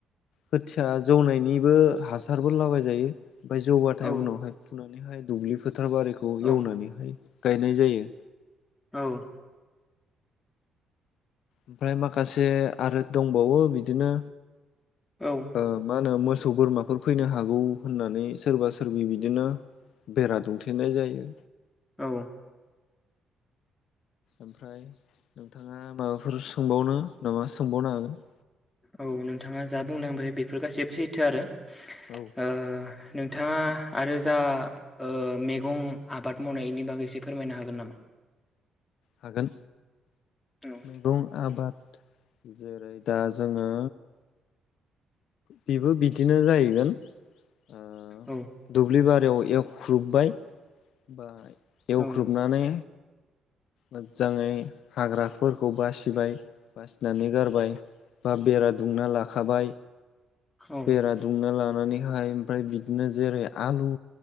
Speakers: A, on the left (about 75°); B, on the left (about 15°).
A: खोथिया जौनायनिबो हासारबो लाबाय जायो ओमफ्राय जौबाथाय
B: औ
A: उनावहाय फु दुब्लि फोथारबारिखौ
B: औ
A: एवनानैहाय गायनाय जायो
B: औ
A: ओमफ्राय माखासे आरो दंबावो बिदिनो
B: औ
A: ओ मा होनो मोसौ बोरमाफोर फैनो हागौ होननानै सोरबा सोरबि बिदिनो बेरा दुंथेनाय जायो
B: औ
A: ओमफ्राय नोंथाङा माबाफोर सोंबावनो नामा सोंबावनो हागोन
B: औ नोंथाङा जा बुंलांबाय बेफोर गासैबो सैथो आरो
A: औ
B: ओ नोंथाङा आरो जा ओ मैगं आबाद मावनायनि बागैससे फोरमायनो हागोन नामा
A: हागोन
B: औ
A: मैगं आबाद जेरै दा जोङो बेबो बिदिनो जाहैगोन ओ
B: औ
A: दुब्लिबारि बेयाव एवख्रुबबाय बा एवख्रुबनानै
B: औ
A: मोजाङै हाग्राफोरखौ बासिबाय बासिनानै गारबाय बा बेरा दुंना लाखाबाय
B: औ
A: बेरा दुंना लानो नानैहाय ओमफ्राय बिदिनो जेरै आलु